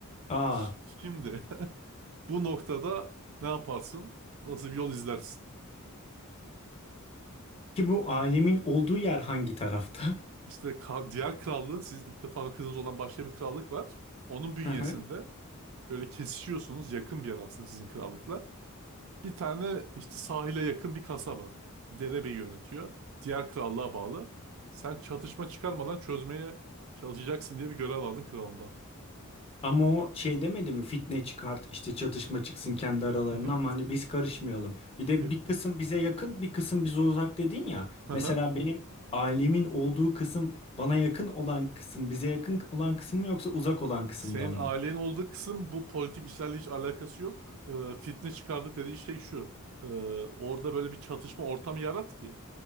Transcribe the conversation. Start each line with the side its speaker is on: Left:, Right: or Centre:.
Left: Aa,
Right: Ş- Şimdi <laughs> bu noktada ne yaparsın? Nasıl bir yol izlersin?
Left: ki bu alemin olduğu yer hangi tarafta?
Right: İşte ka- diğer krallığın sizin ittifakınız olan başka bir krallık var. Onun bünyesinde
Left: <laughs> Hı hı.
Right: böyle kesişiyorsunuz yakın bir yer aslında sizin krallıkla. Bir tane işte sahile yakın bir kasaba. Derebeyi yönetiyor. Diğer krallığa bağlı. Sen çatışma çıkarmadan çözmeye çalışacaksın diye bir görev aldın kralından.
Left: Ama o şey demedi mi? Fitne çıkart, işte çatışma çıksın kendi aralarına
Right: Hı hı.
Left: ama hani biz karışmayalım. Bir de
Right: Yo.
Left: bir kısım bize yakın, bir kısım bize uzak dedin ya.
Right: Hı
Left: Mesela
Right: hı.
Left: benim alemin olduğu kısım bana yakın olan kısım, bize yakın olan kısım mı yoksa uzak olan kısımdan
Right: Senin
Left: mı?
Right: ailenin olduğu kısım bu politik işlerle hiç alakası yok. Ee, fitne çıkardık dediği şey şu. Ee, orada böyle bir çatışma ortamı yarat ki.